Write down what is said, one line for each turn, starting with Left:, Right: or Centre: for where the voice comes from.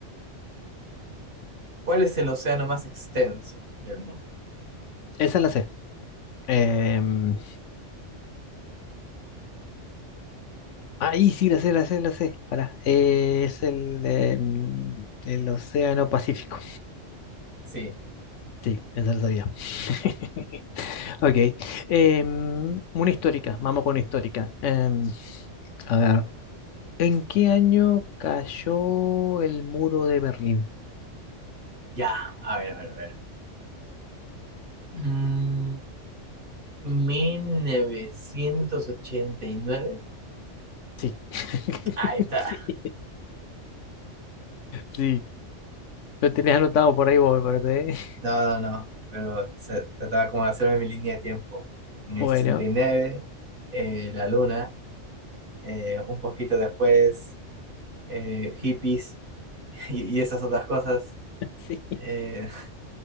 Right: ¿cuál es el océano más extenso del mundo?
Left: Esa la sé. Em, ahí sí, la sé, la sé, la sé. Pará. Eh, es el, em, el Océano Pacífico.
Right: Sí,
Left: Sí, esa la sabía. <laughs> Ok. Em, una histórica, vamos con una histórica. Em, a ver, ¿en qué año cayó el muro de Berlín?
Right: ya. A ver, a ver, a ver. Mm, mil novecientos ochenta y nueve
Left: Sí. <laughs>
Right: Ahí está.
Left: Sí. Sí. Lo tenías anotado por ahí vos, me parece. ¿eh?
Right: No, no, no, pero se trataba como de hacerme mi línea de tiempo. En el
Left: Bueno,
Right: 69, eh, la luna, eh, un poquito después, eh, hippies <laughs> y, y esas otras cosas.
Left: <laughs> sí,
Right: eh, <laughs>